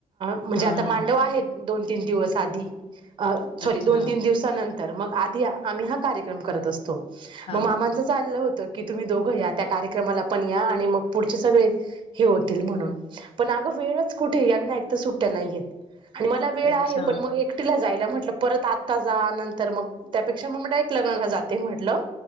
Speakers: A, on the right; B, on the left.
A: म्हणजे
B: हा
A: आता मांडव आहेत. दोन तीन दिवस आधी. सॉरी
B: अच्छा
A: दोन तीन दिवसानं तर. मग आधी आम्ही हा कार्यक्रम करत असतो.
B: हा
A: मग मामांचं
B: हा
A: चाललं होतं की, तुम्ही दोघं या. त्या कार्यक्रमाला पण या आणि मग पुढचे सगळे हे होतील म्हणून. पण अगं वेळच कुठे? यांना एक तर सुट ट्ट्या नाहीयेत. मला वेळ
B: अच्छा
A: आहे पण मग एक टी जायला. म्हटलं परत आता जा नंतर मग त्यापेक्षा मग मी डायरेक्ट लग्नाला जाते म्हटलं.